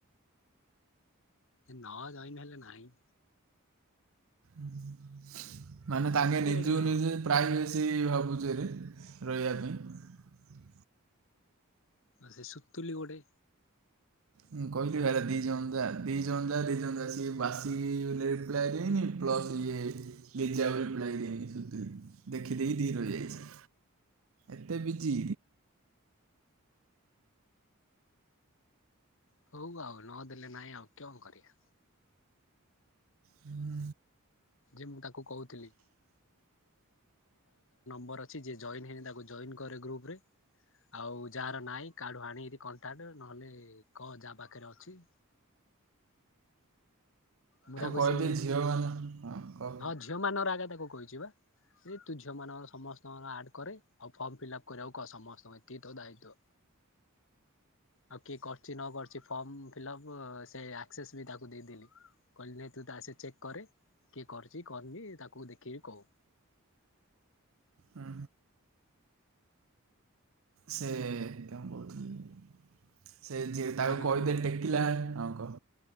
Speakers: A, on the left; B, on the right.
A: ନ ଜଏନ ହେଲେ ନାହିଁ।
B: ହୁଁ। ମାନେ ତାଙ୍କେ
A: ଏତେ
B: ନିଜେକୁ
A: ଗୁଡେ କଣ
B: ନିଜେ ପ୍ରାଇଭେଶି ଭାବୁଛି <unintelligible> ରହିଆ ପାଇଁ।
A: ନା ସେ ସୁତୁଲି ଗୋଟେ
B: ହୁଁ କହଥିଲା ହେଲା ଦି ଜଣ ଯା, ଦି ଜଣ ଯା, ଦି ଜଣ ଯା ସିଏ ବାସିକି ରିପ୍ଲାଇ ଦେଇନି, ପ୍ଲସ୍ ଇଏ ଲିଜାକୁ ରିପ୍ଲାାଇ ଦେଇନି ଦେଖିଦେଇି ଦି <unintelligible> ଯାଇଛି, ଏତେ ବିଜି।
A: ହଉ ଆଉ ନଦେଲେ ନାଇଁ ଆଉ କଁ କରିଆ।
B: ହୁଁ।
A: ଯେ ମୁଁ ତାକୁ କହୁଥିଲି ମୋର ଅଛି ଯେ ଜଏନ ହେଇନି ତାକୁ ଜଏନ କର ଗ୍ରୁପରେ, ଆଉ ଯାହାର ନାଇଁ କାହାଠୁ ଆଣିକିରି କଂଟାକ୍ଟ ନହେଲେ କ ଯାହା ପାଖରେ ଅଛି। ମୁଁ ତାକୁ
B: କହିଦେ
A: ସେ,
B: ଝିଅମାନ ହଁ କହ
A: ହଁ ଝିଅ ମାନର <unintelligible> ତାକୁ କହିଛି ବା। ଏ ତୁ ଝିଅ ମାନଙ୍କର ସମସ୍ତଙ୍କର ଆଡ କରେ ଆଉ ଫର୍ମ ଫିଲପ କରିବାକୁ କ ସମସ୍ତଙ୍କୁ, ଏତିକି ତୋ ଦାୟିତ୍ୱ, ଆଉ କିଏ କରିଛି ନ କରିଛି ଫର୍ମ ଫିଲପ ସେ ଆକ୍ସସେସ୍ ବି ତାକୁ ଦେଇଦେଲି। କହିଲି ନାଇ ତୁ ତା ସେ ଚେକ୍ କରେ, କିଏ କରୁଚି କରିନି ତାକୁ ଦେଖିକି କହୁ।
B: ହୁଁ। ସେ କଣ କ <unintelligible> ସେ ଯିଏ ତାକୁ
A: ବୋଲରୁ
B: କହିଦେ ଟେକିଲା ଆଉ କ